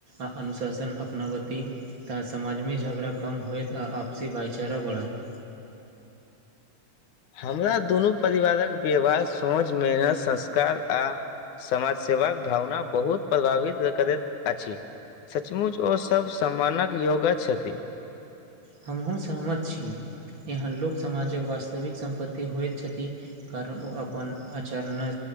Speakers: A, on the right; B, on the left.
A: आ अनुशासन अपनावती ता समाजमे झगड़ा कम होएत आ आपसी भाईचारा बढ़त।
B: हमरा दुनू परिवारक व्यवहार, सोच, मेहनत, संस्कार आ समाज सेवाक भावना बहुत प्रभावित <unintelligible> करैत अछि। सचमुच ओ सब सम्मानक योगा छथि।
A: हमहु सहमत छी इहाँ लोक समाजक वास्तविक सम्पत्ति होएत छथि। कारण ओ अपन आचरणा